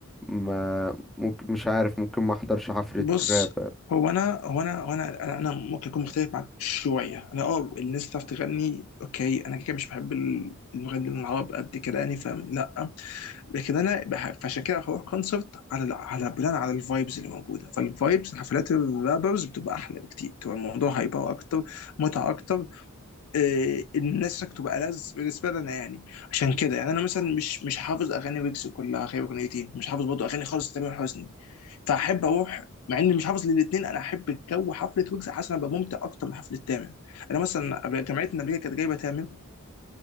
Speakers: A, in the centre; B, on the left.
A: ما ممكن مش عارف ممكن ما احضرش حفلة
B: بص
A: راب
B: هو انا هو انا هو انا انا أنا ممكن اكون مختلف معاك شويه انا اه الناس بتعرف تغني اوكي انا كده كده مش بحب ال- المغنيين العرب قد كده يعني فاهم لا لكن انا بح- فعشان كده هروح كونسرت على ال- على بناء على الفايبز اللي موجوده فالفايبز حفلات الرابرز بتبقى احلى بكتير بتبقى الموضوع هيبقى اكتر متعه اكتر إيه، الناس هناك تبقى ألذ بالنسبه لنا يعني عشان كده يعني انا مثلا مش مش حافظ اغاني ويجز كلها غير اغنيتين مش حافظ برضه اغاني خالص تامر حسني فاحب اروح مع اني مش حافظ للاثنين انا احب جو حفله ويجز حاسس إن انا ببقى ممتع اكتر من حفله تامر انا مثلا قبل- جامعتنا قبل كده كانت جايبه تامر